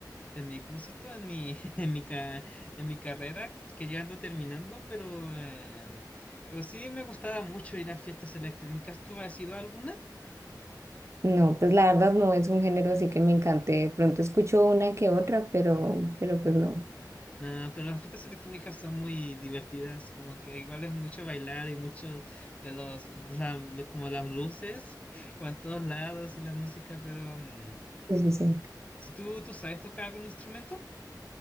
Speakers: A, on the left; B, on the right.
A: en mi, ¿cómo se llama? En mi, <laughs> en mi, ca- en mi carrera, que ya ando terminando, pero, eh, pero sí me gustaba mucho ir a fiestas electrónicas. ¿Tú has ido a alguna?
B: No, pues la verdad no es un género así que me encante. De pronto escucho una que otra, pero, pero pues no.
A: No, pero las fiestas electrónicas son muy divertidas, como que igual es mucho bailar y mucho de los, la- lo- como las luces, <laughs> como en todos lados y la música, pero... mm,
B: Sí, sí, sí.
A: si tú, tú sabes tocar algún instrumento?